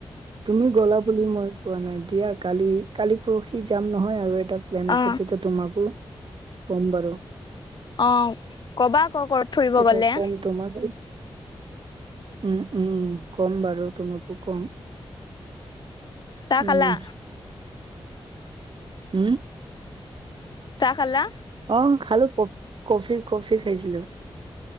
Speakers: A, on the right (about 60°); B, on the left (about 50°).
A: তুমি গ'লা, বুলি মই কোৱা নাই, দিয়া কালি, কালি পৰহি যাম নহয় আৰু প্লেন
B: অ
A: আছে, তেতিয়া তোমাকো কম বাৰু।
B: অ', ক'বা, আকৌ ক'ৰবাত ফুৰিব
A: তেতিয়া
B: গলে।
A: কম তোমাক উম - উম কম বাৰু। তুমাকু কম।
B: ছাহ
A: উম
B: খালা?
A: উম,
B: ছাহ খালা।
A: অ', খালো ক-কফি-কফি খাইছিলো।